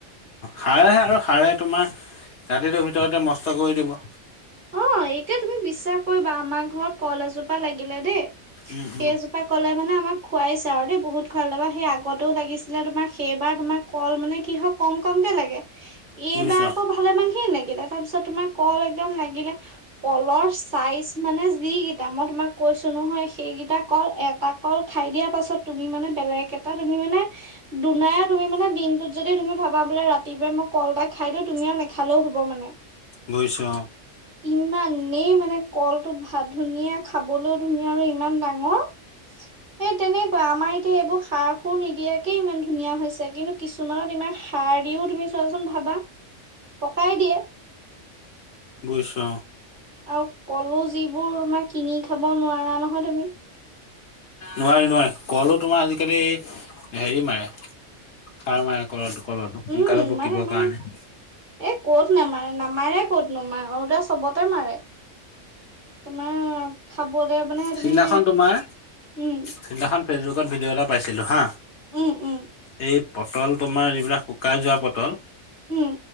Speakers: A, on the left; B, on the right.
A: সাৰে আৰু সাৰে ৰাতিটো ভিতৰতে মষ্ট কৰি দিব।
B: অ এইটোৱে তুমি বিশ্বাস কৰিবা আমাৰ ঘৰত কল এজোপা লাগিলে দেই
A: উম উম
B: সেইজোপা কলে মানে আমাক খোৱাইছে আৰু দেই। বহুত খুৱালে তাপা সেই আগতেও লাগিছিলে তোমাৰ। সেইবাৰ তোমাৰ কল মানে কি হয় কম কমকে লাগে এইবাৰ
A: বুজিছো
B: আকৌ ভালেমান খিনিয়ে লাগিলে। তাৰ পিছত তোমাৰ কল একদম লাগিলে। কলৰ চাইজ মানে যি কিটা। মই তোমাক কৈছোঁ নহয় সেইকেইটা কল এটা কল খাই খাই দিয়া পাছত তুমি মানে বেলেগ এটা তুমি মানে দুনাই তুমি মানে দিনটোত যদি তুমি ভাবা বোলে ৰাত ৰাতিপাই মই কল এটা খাই দিওঁ, তুমি আও নেখালেও হ'ব মানে।
A: বুইছো অ।
B: ইমানেই মানে কলটো ভ ধুনীয়া। খাবলৈও ধুনীয়া আৰু ইমান ডাঙৰ। সে তেনেকুৱা আমাৰ এতিয়া এইবোৰ সাৰ সুৰ নিদিয়াকে ইমান ধুনীয়া হৈছে। কিন্তু কিছুমানত ইমান সাৰ দিও, তুমি চোৱাচোন ভাবা। পকাই দিয়ে।
A: বুইছো অ।
B: আৰু কলো যিবোৰ তোমাৰ কিনি খাব নোৱাৰা নহয় তুমি।
A: নোৱাৰি, নোৱাৰি। কলো তোমাৰ আজিকালি হেৰি মাৰে। সাৰ মাৰে কলটো, কলটো সোনকালে
B: উম
A: পকিবৰ
B: মাৰে মাৰে
A: কাৰণে।
B: এ ক'ত নামাৰে? নামাৰে ক'ত নমাৰে? আৰু দা চবতে মাৰে। তোমাৰ খাবলৈ মানে
A: সিদিনাখন
B: তুমি,
A: তোমাৰ
B: উম।
A: সিদিনাখন ফেচবুকত ভিডিঅ' এটা পাইছিলো হা।
B: উম উম
A: এই পটল তোমাৰ যিবিলাক শুকাই যোৱা পটল।
B: উম